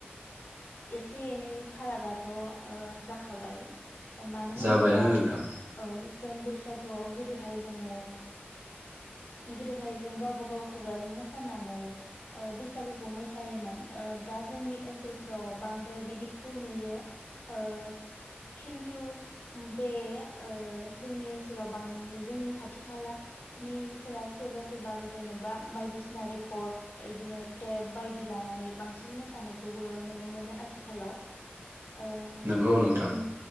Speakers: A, on the left; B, on the right.
A: एसे एनै फारागाथ' ओ जाखाबाय ओ मानो होनोब्ला
B: जाबायानो नोंथां
A: औ जों बैसागुआव गोदोहाय जोंङो गोदोहाय जों गावब गाव खुगाजोंनो खननानै ओ बैसागोखौ मोसायोमोन ओ दा जोंनि ओनसोलफोराव बांद्राय बिदिखौ नुयो ओ खिन्थु बे ओ जोंनि ओनसोलाव बां जोंनि खाथि खाला निफोरा सोरबा सोरबा जेनेबा बायदिसि ना रेकर्ड ओइदिनो टेब बायदि लानानै बांसिन मोसानायखौबो नुनो मोनो आथिखालाव। ओ
B: नंगौ नोंथां
A: उम